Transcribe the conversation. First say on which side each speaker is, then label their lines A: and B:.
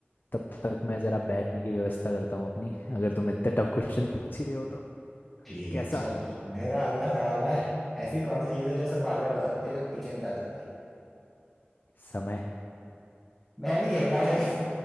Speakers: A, on the left; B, in the centre.
A: तब तक मैं ज़रा बैठने की व्यवस्था करता हूँ अपनी अगर तुम इतने टफ क्वेश्चन पूछ ही रहे हो तो
B: ठीक
A: कैसा
B: है चल तो। मेरा अगला सवाल है ऐसी कौन सी चीज है जो सिर्फ आगे बढ़ सकती है कभी पीछे नहीं जा सकती
A: समय
B: मैं नहीं खेल रहा भाई